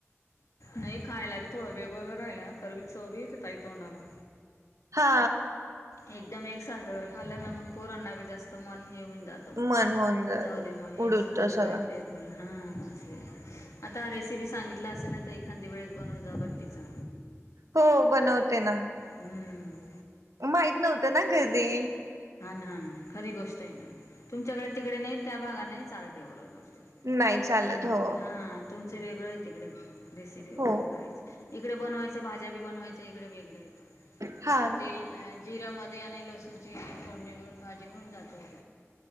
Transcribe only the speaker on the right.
हा.
मन होऊन जा
उडूत
सगळं
हो. बनवते ना.
माहीत नव्हतं ना कधी
नाही चालत
हो
हो
हा
ना